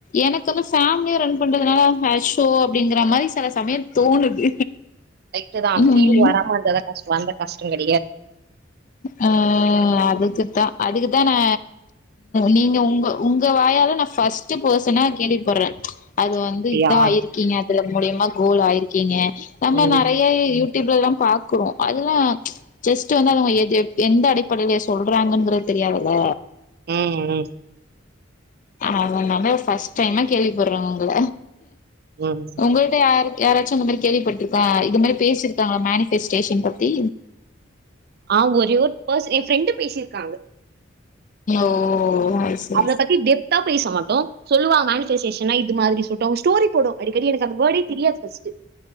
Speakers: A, on the left; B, on the right.
A: எனக்கு வந்து பேமிலிய ரன் பண்றதுனால ஹஸ்ஷோ அப்டிங்கிற மாதி செல சமயோ தோணுது
B: ரைட்டு தா
A: ம்
B: பீல் வராம இருந்தாதா கஷ்டோ அந்த கஷ்டோ கெ
A: ஆ அது க்கு தா அதுக்குதா நா நீங்க உங்க உங்க வாயால நா ஃபர்ஸ்ட் பெர்ஸ்சனா கே கேள்விபட்றே அது
B: அப்படியா
A: வந்து இத ஆயிருக்கீங்க அதுல மூலியமா கோல் ஆயிருக்கீங்க நம்ம
B: ம்,
A: நெறையா யூ டியூப்ல எல்லா பாக்றோ அதெல்லா ஜஸ்ட் வந்து அவங்க எ எந்த அடிப்படேல சொல்றாங்கங்கற தெரியாதுல்ல
B: ம் ம்
A: அதனால ஃபர்ஸ்ட் டைம்மா கேள்விப்படுறேங்க ஒங்கள
B: ம்.
A: ஒங்கள்ட்ட யாருக் யாராச்சு இந்த மாரி கேள்விப்பட்ருக்கே இது மாரி பேசிருக்காங்களா மேனிபெஸ்டேஷன் பத்தி
B: ஆ ஒரே ஒரு பர்சன் ஏ ஃப்ரெண்டு் பேசிருக்காங்க
A: ஓ அது சரி
B: அவள
A: சரி.
B: பத்தி டெப்தா பேச மாட்டோ சொல்லுவா மேனிபெஸ்டேஷன்னா இது மாதிரி சூட் ஆவு ஸ்டோரி போடு அடிக்கடி எனக்கு அந்த வேர்டே தெரியாது ஃபர்ஸ்ட்